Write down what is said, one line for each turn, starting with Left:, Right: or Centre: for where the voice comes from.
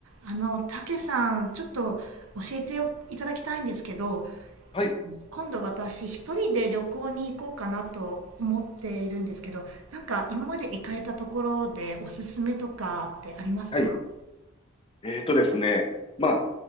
Right: あの、たけさん、ちょっと教えていただきたいんですけど、
Left: はい、
Right: 今度私一人で旅行に行こうかなと思っているんですけど、なんか今まで行かれたところでおすすめとかってありますか
Left: はい。えーとですね、まあ、